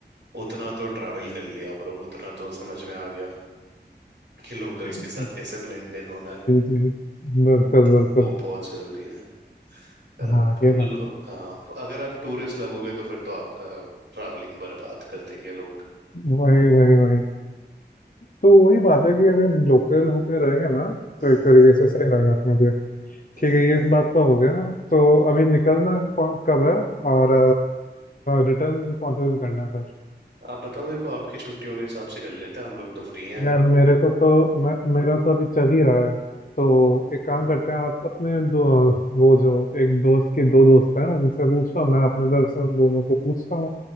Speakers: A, on the right (about 80°); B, on the left (about 50°).
A: उतना तो ट्रैवल कर लिया ब्रो उतना तो समझ में आ गया कि लोकल्स
B: <laughs>
A: के साथ कैसे
B: जी
A: ब्लेंड इन होना है
B: जी बिल्कुल
A: वो
B: बिल्कुल
A: वो बहुत जरूरी है अगर आप
B: हाँ
A: लो-
B: ये बात तो है
A: हाँ अगर आप टूरिस्ट लगोगे तो फिर तो आपका ट्रैवलिंग बर्बाद कर देंगे लोग
B: <laughs> वही वही वही तो वही बात है कि अगर लोकल होके रहेंगे ना
A: हम्म
B: तो एक तरीके से सही रहेगा अपने लिए
A: हम्म
B: ठीक है ये बात तो हो गया तो अभी निकलना कौन- कब है और रिटर्न कौन से दिन करना है फिर
A: आप बताओ देखो आपकी छुट्टियों के हिसाब से कर लेते हैं हम लोग तो फ्री हैं
B: यार मेरे को तो मैं, मेरा तो अभी चल ही रहा है तो एक काम
A: हम्म
B: करते हैं आप अपने दो वो जो एक दोस्त की दो दोस्त हैं उनसे पूछता हूँ मैं अपने तरफ से उन दोनों को पूछता हूँ